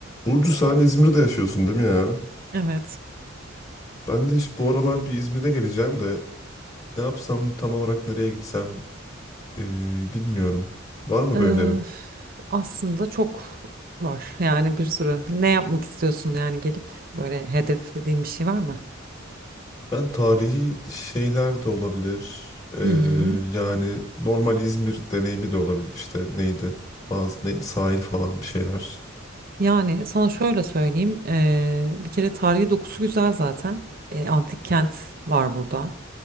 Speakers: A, on the left; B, on the right.
A: Burcu sen İzmir'de yaşıyorsun değil mi ya?
B: Evet.
A: Ben de işte bu aralar bir İzmir'e geleceğim de ne yapsam tam olarak nereye gitsem eee, bilmiyorum. Var mı
B: Eee,
A: bir önerin?
B: aslında çok var. Yani bir sürü. Ne yapmak istiyorsun yani gelip böyle hedeflediğin bir şey var mı?
A: Ben tarihi şeyler de olabilir. Eee,
B: Hı hı.
A: yani normal İzmir deneyimi de olabilir işte neydi? Bazı ne, sahil falan bir şeyler.
B: Yani sana şöyle söyleyeyim. eee, bir kere tarihi dokusu güzel zaten. Eee, antik kent var burada.